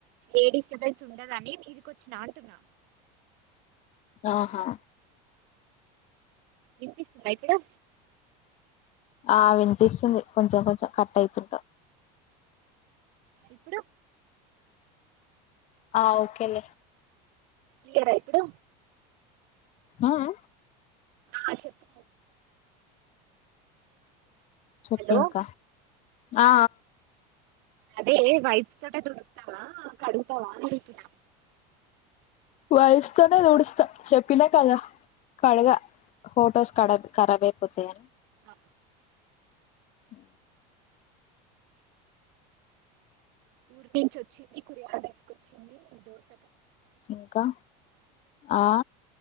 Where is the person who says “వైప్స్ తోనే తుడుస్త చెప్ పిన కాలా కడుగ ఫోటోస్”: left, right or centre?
Left